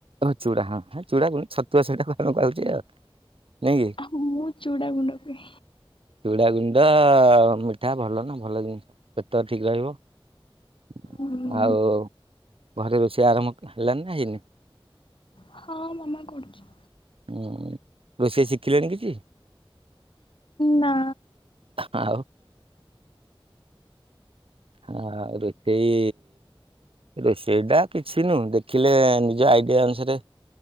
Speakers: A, on the right; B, on the left.
A: ଓ ଚୁଡ଼ା ହଁ ହଁ, ଚୁଡା ଛତୁଆ ସେଇଟା କଣ କଉଛି ଆଉ। ନାଇଁ କି?
B: ଆ ହୁଁ, ମୁଁ ଚୁଡା ଗୁଣ୍ଡ କୁହେ।
A: ଚୁଡାଗୁଣ୍ଡ ମିଠା ଭଲ ନା ଭଲ ଜିନ୍ସ ପେଟ ଠିକ୍ ରହିବ। <inaudible>
B: ହୁଁ।
A: ଆଉ ଘରେ ରୋଷେଇ ଆରମ୍ଭ ହେଲାନି ନା ହେଇନି?
B: ହଁ ମାମା କରୁଛି।
A: ହଁ ରୋଷେଇ ଶିଖିଲେଣି କିଛି?
B: ନା।
A: ଆଉ ହଁ ରୋଷେଇ, ରୋଷେଇ ଟା କିଛି ନୁହଁ ଦେ ଶିଖିଲେ ନିଜ ଆଇଡ଼ିଆ ଅନୁସାରେ